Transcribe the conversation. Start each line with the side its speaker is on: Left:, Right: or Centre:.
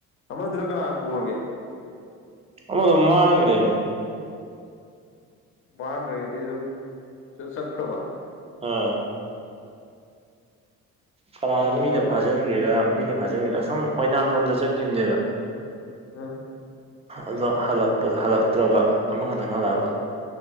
Left: ꯑꯃꯗꯨꯅ ꯀꯝꯄꯔꯒꯦ
Right: ꯍ ꯑꯗꯨ ꯃꯥꯥꯡꯒꯨꯔꯦ
Left: ꯃꯥꯡꯈꯩꯗꯤ ꯑꯗꯨꯝ ꯆꯠꯈ꯭ꯔꯕ
Right: ꯑꯥ ꯀꯅꯥ
Left: ꯈꯪꯍꯧꯗ꯭ꯔꯕ
Right: ꯃꯤꯅ ꯐꯥꯖꯤꯟꯈ꯭ꯔꯤꯔꯥ ꯃꯤꯅ ꯐꯥꯖꯤꯟꯈ꯭ꯔꯤꯗ ꯑꯁꯨꯝ ꯑꯣꯏꯅꯥꯝ ꯂꯣꯝꯗ ꯆꯠꯈꯤꯕꯅꯦꯕ
Left: ꯑ
Right: ꯑꯗꯣ ꯍꯜꯂꯛꯄꯗ ꯍꯜꯂꯛꯇ꯭ꯔꯕ ꯑꯃꯈꯛꯇꯪ ꯍꯜꯂꯛꯑꯕ